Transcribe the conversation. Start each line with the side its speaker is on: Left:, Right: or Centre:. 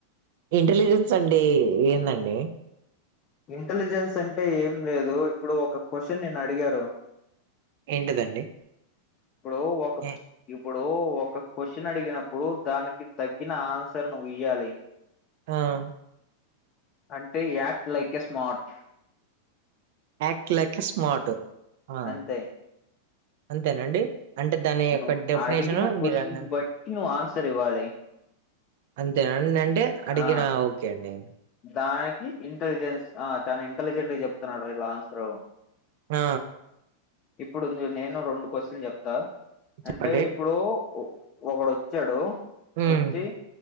Right: ఇంటెలిజెంట్స్ అంటే ఏందండి
Left: ఇంటెలిజెన్స్ అంటే ఏం లేదు ఇప్పుడు ఒక క్వశ్చన్ నిన్ను అడిగారు
Right: ఏంటిదండి
Left: ఇప్పుడు ఒక
Right: ఎ
Left: ఇ ఇప్పుడు ఒక క్వశ్చన్ అడిగినప్పుడు దానికి తగ్గిన ఆన్సర్ నువ్వు ఇయ్యాలి
Right: ఆహ్
Left: అంటే act like a smart
Right: act like a smart ఆ
Left: అంతే
Right: అంతేనండి అంటే దాని యొక్క
Left: నువ్వు
Right: డెఫినేషను
Left: అడిగిన క్వశ్చన్
Right: మీరు అన్నా
Left: బట్టి నువ్వు ఆన్సర్ ఇవ్వాలి
Right: అంతేనండి అంటే అడిగినా
Left: ఆ
Right: ఓకే అండి
Left: దానికి ఇంటెలిజెన్స్ ఆ తను ఇంటెలిజెంట్‌గా చెప్తున్నాడు రా ఇలా ఆన్సర్
Right: ఆ
Left: ఇప్పుడు ఉంది చూడు నేను రెండు క్వశ్చన్ చెప్తా
Right: చెప్పండి
Left: అంటే ఇప్పుడు ఒకడోచ్చాడు
Right: ఉమ్
Left: వచ్చి